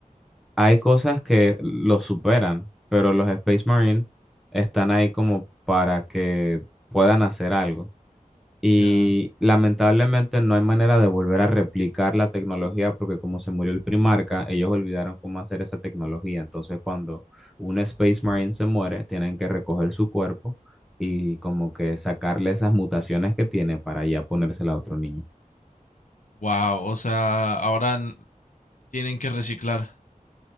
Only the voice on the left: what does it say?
Ya.
Wow. O sea, ahora n- tienen que reciclar.